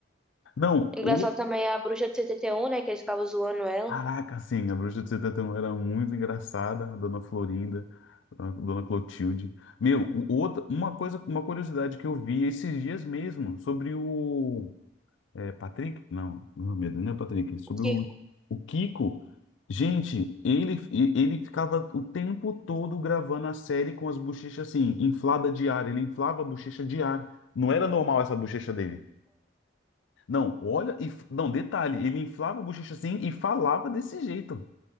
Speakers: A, on the left (about 85°); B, in the centre.
A: Não,
B: Engraçado
A: o.
B: também é a bruxa de 71 né? Que eles ficavam zoando ela.
A: Caraca, sim, a Bruxa de 71 era muito engraçada. A Dona Florinda, a Dona Clotilde. Meu, o- outra, uma coisa, uma curiosidade que eu vi esses dias mesmo sobre o. É Patrick? Não, não Mohamed, não é Patrick. Sobre
B: O que?
A: o, o Kiko. Gente, ele, e- ele ficava o tempo todo gravando a série com as bochechas assim, inflada de ar. Ele inflava a bochecha de ar. Não era normal essa bochecha dele. Não, olha, e, f- não, detalhe, ele inflava a bochecha assim e falava desse jeito.